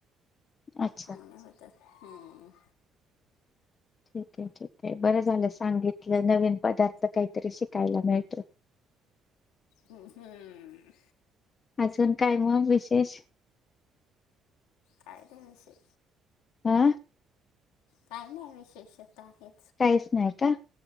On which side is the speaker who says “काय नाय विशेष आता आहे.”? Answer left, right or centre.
Left